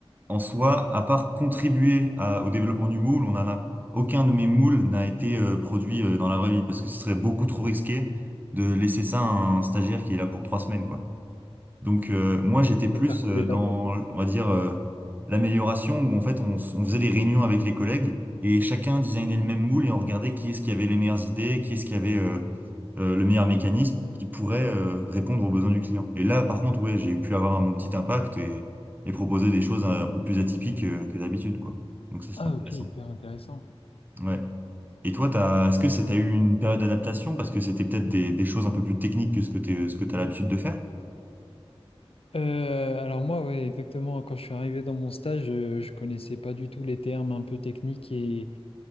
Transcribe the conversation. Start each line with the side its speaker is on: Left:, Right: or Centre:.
Right: en soi, à part contribuer à- au développement du moule, on en a, aucun de mes moules n'a été euh, produit euh, dans la vraie vie parce que ce serait beaucoup trop risqué de laisser ça à un stagiaire qui est là pour trois semaines, quoi. Donc euh, moi j'étais plus
Left: Faire couler
Right: euh, dans,
Left: la boîte.
Right: on va dire, euh, l'amélioration où en fait on, s- on faisait des réunions avec les collègues et chacun designait le même moule et on regardait qui est-ce qui avait les meilleures idées, qui est-ce qui avait euh, euh, le meilleur mécanisme qui pourrait euh, répondre aux besoins du client. Et là par contre ouais j'ai pu avoir un, mon petit impact et, et proposer des choses un, un peu plus atypiques euh, que d'habitude quoi. Donc ça c'est
Left: Ah,
Right: intéressant.
Left: ok, hyper intéressant.
Right: Ouais. Et toi t'as, est-ce que c'est, t'as eu une période d'adaptation parce que c'était peut-être des, des choses un peu plus techniques que ce que t'es, ce que t'as l'habitude de faire?
Left: Euh, alors moi, ouais, exactement. Quand je suis arrivé dans mon stage, euh, je, connaissais pas du tout les termes un peu techniques et